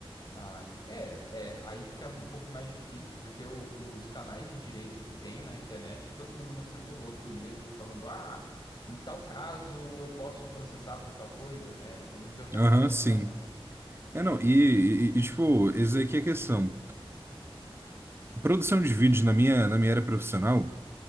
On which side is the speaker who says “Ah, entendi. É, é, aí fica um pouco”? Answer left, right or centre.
Left